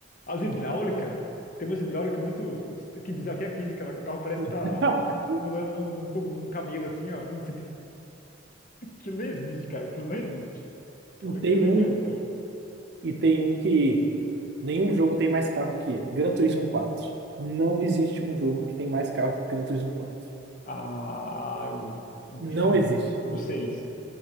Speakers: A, on the left; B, on the right.
A: As hidráulica, tem umas hidráulica muito. que desafia a física, lá que o carro parece
B: <laughs>
A: que tá pulando num, num, co- num camelo assim, ó. Não sei. <laughs> Aquilo não existe, cara. Aquilo não existe. Aquilo,
B: E tem
A: aquilo é
B: um,
A: invenção.
B: e tem um que nenhum jogo tem mais carro que ele. Gran Turismo quatro Não existe um jogo que tem mais carro que Gran Turismo quatro
A: Ah, eu. <laughs>
B: Não existe.
A: O seis